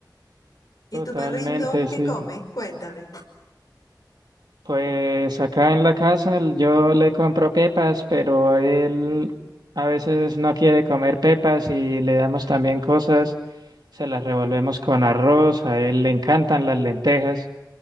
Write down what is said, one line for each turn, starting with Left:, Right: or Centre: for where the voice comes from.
Left: ¿Y
Right: Totalmente,
Left: tu perrito qué
Right: sí.
Left: come? Cuéntame.
Right: Pues acá en la casa l- yo le compro pepas, pero él a veces no quiere comer pepas y le damos también cosas, se las revolvemos con arroz, a él le encantan las lentejas,